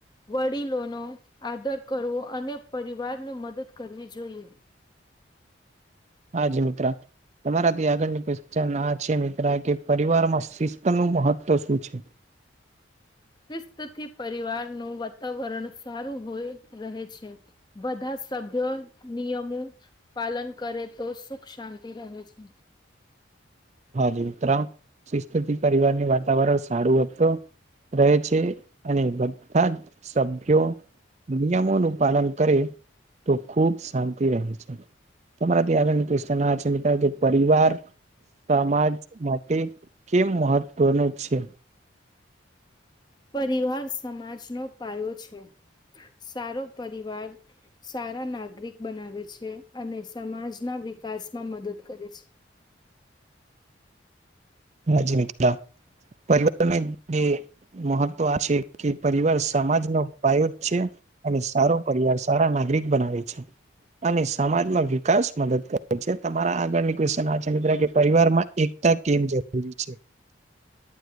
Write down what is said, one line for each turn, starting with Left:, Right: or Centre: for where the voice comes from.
Left: વડીલોનો આદર કરવો અને પરિવારને મદદ કરવી જોઈએ.
Right: હા જી મિત્રા. તમારાથી આગળની કેશ્ચન આ છે મિત્ર કે પરિવારમાં શિસ્ત નું મહત્વ શું છે?
Left: શસ્તથી પરિવારનું વાતાવરણ સારું હોય રહે છે. બધા સભ્યો નિયમો પાલન કરે તો સુખ શાંતિ રહે છે.
Right: હા મિત્ર શિસ્તથી પરિવારનું વાતાવરણ સારું હત. રહે છે અને બધા જ સભ્યો નિયમોનું પાલન કરે તો ખૂબ શાંતિ રહે છે. તમારા થી આગળની ક્વેશ્ચન આ છે મિત્ર કે પરિવાર સમાજ માટે કેમ મહત્વનું છે?
Left: પરિવાર સમાજનો પાયો છે સારો પરિવાર સારા નાગરિક બનાવે છે અને સમાજના વિકાસમાં મદદ કરે છે.
Right: હાજી મિત્ર. પરિવારને જે મહત્વ છે, કે પરિવાર સમાજનો પાયો છે અને, સારો પરિવાર સારા નાગરિક બનાવે છે. અને સમાજમાં વિકાસ મદદ કરે છે, તમારા આગળની ક્વેશન છે મિત્ર કે પરિવાર માં એકતા કેમ જરૂરી છે.